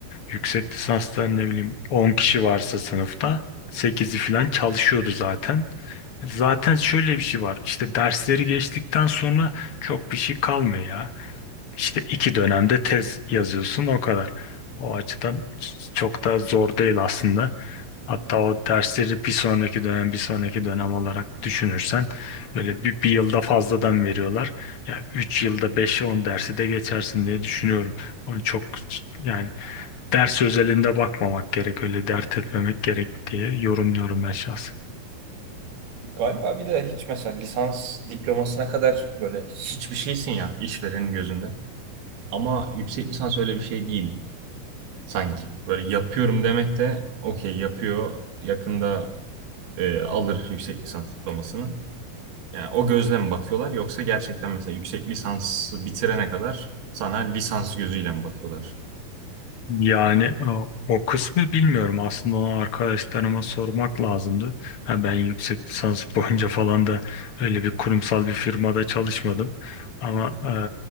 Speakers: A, on the left (about 60°); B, on the right (about 70°).
A: yüksek lisanstan ne bileyim 10 kişi varsa sınıfta sekizi falan çalışıyordu zaten. Zaten şöyle bir şey var işte dersleri geçtikten sonra çok bir şey kalmıyor ya. İşte iki dönemde tez yazıyorsun o kadar. O açıdan çok da zor değil aslında. Hatta o dersleri bir sonraki dönem bir sonraki dönem olarak düşünürsen böyle bir, bir yılda fazladan veriyorlar. Ya 3 yılda 5 on dersi de geçersin diye düşünüyorum. Onu çok yani ders özelinde bakmamak gerek öyle dert etmemek gerek diye yorumluyorum ben şahsen.
B: Galiba bir de hiç mesela lisans diplomasına kadar böyle hiçbir şeysin ya işverenin gözünde. Ama yüksek lisans öyle bir şey değil sanki. Böyle yapıyorum demek de okey yapıyor yakında e, alır yüksek lisans diplomasını. Yani o gözle mi bakıyorlar yoksa gerçekten mesela yüksek lisansı bitirene kadar sana lisans gözüyle mi bakıyorlar?
A: Yani o, o kısmı bilmiyorum. Aslında onu arkadaşlarıma sormak lazımdı. Ha, ben yüksek lisans <laughs> boyunca falan da öyle bir kurumsal bir firmada çalışmadım. Ama e,